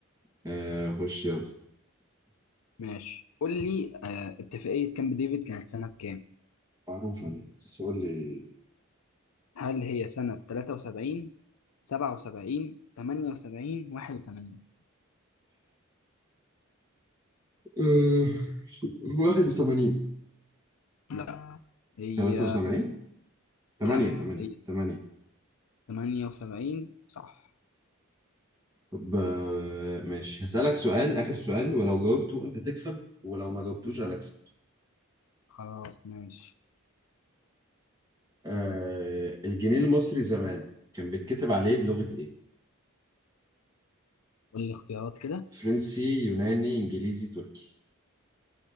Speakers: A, on the right; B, on the left.
A: آه خش يلا
B: ماشي قول لي آه اتفاقية كامب ديفيد كانت سنة كام
A: معروفة دي بس قول لي
B: هل هي سنة 73 77 78 81
A: أه... 81
B: لا هي
A: 73 8
B: لا
A: 8
B: هي
A: 8
B: 78 صح
A: طب آه، ماشي هسألك سؤال آخر سؤال ولو جاوبته أنت تكسب ولو ما جاوبتوش أنا أكسب
B: خلاص ماشي
A: آه، الجنيه المصري زمان كان بيتكتب عليه بلغة إيه؟
B: قول لي اختيارات كده
A: فرنسي يوناني إنجليزي تركي